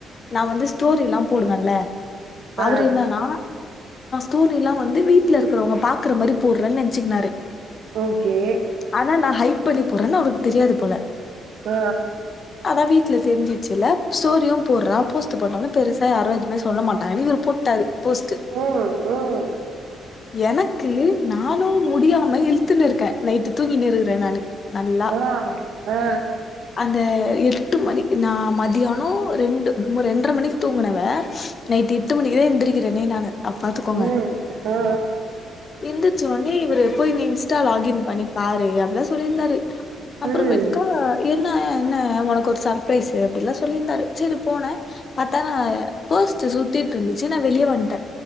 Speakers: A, on the left; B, on the right.
A: நா வந்து ஸ்டோரி எல்லா போடுவன்ல
B: ஆ
A: அவுரு என்னனா தூணிலா வந்து வீட்ல இருக்குறவங்க பாக்குற மாரி போட்றன்ன நென்ச்சிக்கினாரு
B: ஓகே
A: ஆனா நா ஹைக் பண்ணி போறன் அவுருக் தெரியாது போல
B: அ
A: அதா வீட்ல தெரிஞ்சச்சுல்ல ஸ்டோரியு போட்றா போஸ்ட்டு போட்டலு பெருசா யாரு எதுமே சொல்ல மாட்டாங்கனு இவுரு போட் டாரு போஸ்ட்டு
B: ம் ம்
A: எனக்கு நானு முடியாம இழுத்துனு இருக்க நைட்டு தூங்கின் இருக்குற நானு நல்லா
B: அ அ
A: அந்த எட்டு மணி நா மதியானோ ரெண்டு ரெண்ட்ர மணிக்கி தூங்குனவ நைட்டு எட்டு மணிக்கிதா எந்துரிக்கிறனே நானு அப் பாத்துக்கோங்க
B: ம் ஆ
A: எந்துச்சோனே இவுரு போயி நீ இன்ஸ்டா லாகின் பண்ணி பாரு அப்டிதா சொல்லிந்தாரு அப்பறமேட்கா
B: ம்
A: என்னா என்ன ஒனக்கொரு சர்ப்ரைஸு அப்டிலா சொல்லிர்ந்தாரு செரி போன பாத்தா நா போஸ்ட்டு சுத்திட்ருந்துச்சு நா வெளிய வண்ட்ட